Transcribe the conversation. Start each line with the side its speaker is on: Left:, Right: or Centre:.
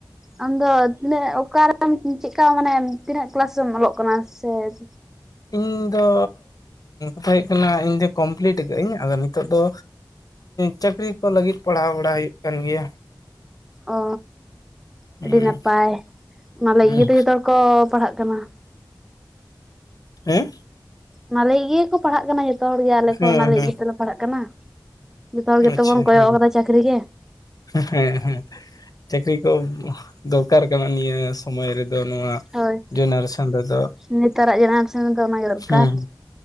Centre: ᱟᱢᱫᱚ ᱛᱤᱱᱟᱹᱜ ᱚᱠᱟᱨᱮᱢ ᱪᱮᱫᱠᱟ ᱢᱟᱱᱮ ᱛᱤᱱᱟᱹᱜ ᱠᱤᱞᱟᱥ ᱨᱮᱢ ᱚᱞᱚᱜ ᱠᱟᱱᱟ ᱥᱮ <inaudible>
Left: ᱤᱧ ᱫᱚ ᱠᱟᱛᱷᱟ ᱦᱩᱭᱩᱜ ᱠᱟᱱᱟ ᱤᱧ ᱫᱚ ᱠᱚᱢᱯᱤᱞᱤᱴ ᱠᱟᱜ ᱟᱹᱧ ᱟᱫᱚ ᱱᱤᱛᱚᱜ ᱫᱚ ᱪᱟᱹᱠᱨᱤ ᱠᱚ ᱞᱟᱹᱜᱤᱫ ᱯᱟᱲᱦᱟᱣ ᱵᱟᱲᱟ ᱦᱩᱭᱩᱜ ᱠᱟᱱ ᱜᱮᱭᱟ
Centre: ᱚ
Left: ᱦᱩᱸ
Centre: ᱟᱹᱰᱤ ᱱᱟᱯᱟᱭ ᱚᱱᱟ ᱞᱟᱹᱜᱤᱫ
Left: ᱦᱩᱸ
Centre: ᱜᱮ ᱛᱚ ᱡᱚᱛᱚ ᱦᱚᱲ ᱠᱚ ᱯᱟᱲᱦᱟᱜ ᱠᱟᱱᱟ
Left: ᱦᱩᱸ
Centre: ᱚᱱᱟ ᱞᱟᱹᱜᱤᱫ ᱜᱮ ᱠᱚ ᱯᱟᱲᱦᱟᱜ ᱠᱟᱱᱟ ᱡᱚᱛᱚ ᱦᱚᱲ ᱜᱮ ᱟᱞᱮ
Left: ᱦᱮᱸ
Centre: ᱠᱚ ᱚᱱᱟ ᱞᱟᱹᱜᱤᱫ
Left: ᱦᱮᱸ
Centre: ᱜᱮᱛᱚᱞᱮ ᱯᱟᱲᱦᱟᱜ ᱠᱟᱱᱟ ᱡᱚᱛᱚ ᱦᱚᱲ ᱜᱮᱛᱚ
Left: ᱟᱪᱪᱷᱟ
Centre: ᱵᱚᱱ ᱠᱚᱭᱚᱜ
Left: ᱦᱮᱸ
Centre: ᱟᱠᱟᱫᱟ ᱪᱟᱹᱠᱨᱤ ᱜᱮ
Left: ᱦᱮᱸ ᱦᱮᱸ ᱪᱟᱹᱠᱨᱤ ᱠᱚ ᱫᱚᱨᱠᱟᱨ ᱠᱟᱱᱟ ᱱᱤᱭᱟᱹ ᱥᱚᱢᱚᱭ ᱨᱮᱫᱚ ᱱᱚᱣᱟ
Centre: ᱦᱳᱭ
Left: ᱡᱮᱱᱟᱨᱮᱥᱚᱱ ᱨᱮᱫᱚ
Centre: ᱱᱮᱛᱟᱨᱟᱜ ᱡᱮᱱᱟᱨᱮᱥᱚᱱ ᱨᱮᱫᱚ ᱚᱱᱟᱜᱮ ᱫᱚᱨᱠᱟᱨ
Left: ᱦᱩᱸ